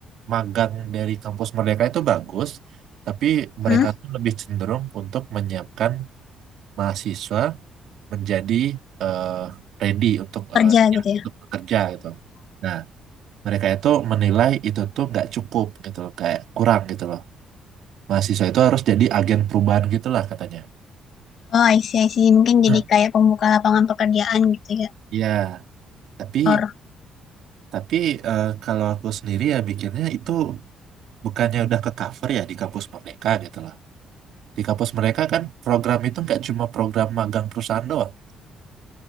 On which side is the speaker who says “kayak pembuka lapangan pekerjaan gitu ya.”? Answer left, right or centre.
Left